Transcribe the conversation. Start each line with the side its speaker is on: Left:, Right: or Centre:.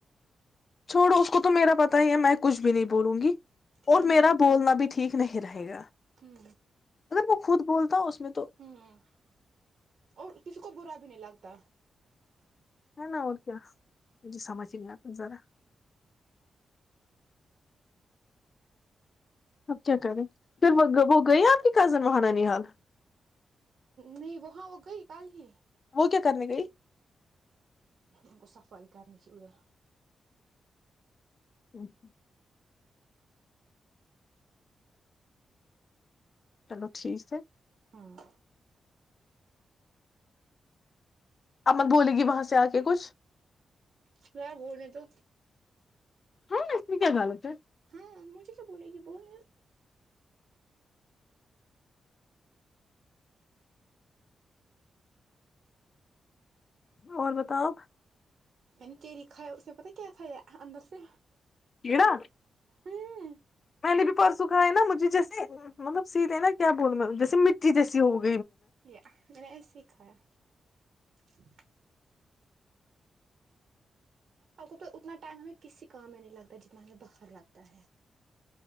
Left: چھوڑو اس کو تو میرا پتا ہی ہے میں کچھ بھی نہیں بولوں گی اور
Right: ہوں
Left: میرا بولنا بھی ٹھیک نہیں رہے گا
Right: ہوں
Left: اگر وہ خود بولتا ہوں اس میں تو
Right: ہوں اور کسی کو برا بھی نہیں لگتا
Left: ہے نا اور کیا مجھے سمجھ ہی نہیں آتا ذرا اب کیا کریں پھر وہ وہ گئے ہیں آپ کی کزن وہ نان حال
Right: نہیں وہاں وہ گئی کل ہی
Left: وہ کیا کرنے گئی؟
Right: ا گ صفائیی کرنی کی ہ
Left: اچ چلو ٹھیک ہے
Right: ہوں
Left: امن بولے گی وہاں سے آ کے کچھ
Right: کیا بول نہیں تو
Left: ہاں مسری کیا بالات ہے
Right: ہاں مجھے کیا بولے گی بول
Left: اور بتاؤ
Right: نی تیری کھایا اس میں پتا کیا تھا اندر سے
Left: کیڑا
Right: ہاں
Left: میں بھی پرسوںکھ ہے نا مجھے جیس ملب سیدھے نا کیا بول جی مٹی جیسی ہوگی
Right: یا میں نے یہ سیکھایا ج اب تو تو اتنا ٹائم ہمیں کسی کام میں نہیں لگتا جتنا ہمیں باہر لگتا ہے